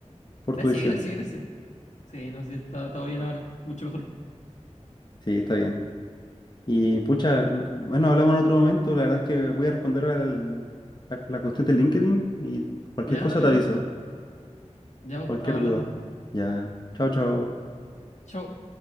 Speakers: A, on the left; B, on the left.
A: por
B: Gracias,
A: tu decisión.
B: gracias, gracias. Sí, no, sí, está todo bien ahora. Mucho mejor.
A: Sí, está bien. Y, pucha, l- bueno, hablamos en otro momento. La verdad es que voy a responder al- la, la cuestión de LinkedIn y cualquier
B: Ya,
A: cosa
B: dale.
A: te aviso,
B: Ya vos,
A: cualquier
B: estamos hablando.
A: duda. Ya, chao, chao.
B: Chau.